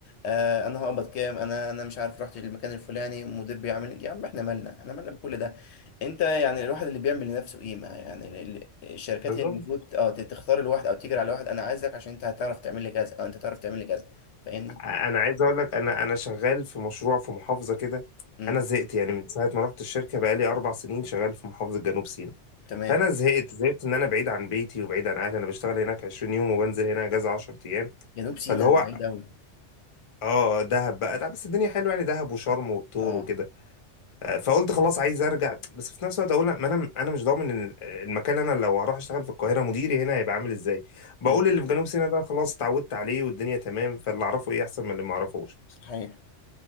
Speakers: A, on the left; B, on the left.
A: آه انا هقبض كام انا انا مش عارف رحت للمكان الفلاني المدير بيعمل يا عم احنا مالنا احنا مالنا بكل ده انت يعني الواحد اللي بيعمل لنفسه قيمه يعني ال- ال- الشركات
B: بالظبط
A: هي المفروض اه ت- تختار الواحد او تجري على واحد انا عايزك عشان انت هتعرف تعمل لي كذا او انت هتعرف تعمل لي كذا فاهمني
B: انا عايز اقول لك انا انا شغال في مشروع في محافظه كده
A: امم
B: انا زهقت يعني من ساعه ما رحت الشركه بقالي اربع سنين شغال في محافظه جنوب سيناء
A: تمام
B: فانا زهقت زهقت ان انا بعيد عن بيتي وبعيد عن اهلي انا بشتغل هناك 20 يوم وبنزل هنا اجازه 10 ايام
A: جنوب سيناء
B: فاللي هو
A: ده بعيد قوي
B: اه دهب بقى لا بس الدنيا حلوه يعني دهب وشرم والطور
A: اه
B: وكده آه، فقلت خلاص عايز ارجع بس في نفس الوقت اقول لا، ما انا انا مش ضامن ال- المكان اللي انا لو هروح اشتغل في القاهره مديري هنا هيبقى عامل ازاي بقول
A: امم
B: اللي في جنوب سيناء ده خلاص اتعودت عليه والدنيا تمام فاللي اعرفه ايه احسن من اللي ما اعرفوش
A: صحيح